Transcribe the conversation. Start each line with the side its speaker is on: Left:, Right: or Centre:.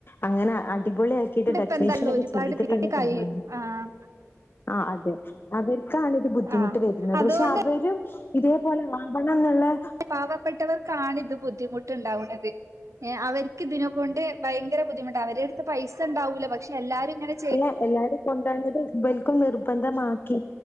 Left: അങ്ങെനെ അടിപൊളിയ ആക്കീട്ട് ഡെക്കറേഷൻ
Right: ഇപ്പ എന്താള്ളു
Left: ഒക്കെ
Right: ഒരുപാട്
Left: ചെയ്തിട്ടാണ്
Right: പിരീഡ് കഴി
Left: കൊണ്ടാവ
Right: ആഹ്
Left: ആഹ് അതെ അവർക്കാക്കി ബുദ്ധിമുട്ട്
Right: ആഹ്
Left: വെര്ന്നത്
Right: അതോണ്ട്
Left: പക്ഷെ അവരും ഇതേപോലെ ആവണം എന്ന്ള്ളെ
Right: പാവപ്പെട്ടവർക്കാണ് ഇത് ബുദ്ധിമുട്ടുണ്ടാവ്ണത് ഏഹ് അവർ ക്കിതിനെ കൊണ്ട് ഭയങ്കെരെ ബുദ്ധിമുട്ടാ അവരെ അട്ത്ത് പൈസണ്ടാവില്ല പക്ഷെ എല്ലാരും ഇങ്ങെനെ
Left: അല്ല എല്ലാവരും കൊണ്ടോവ്ന്നത് ഇവൽക്കും നിർബന്ധമാക്കി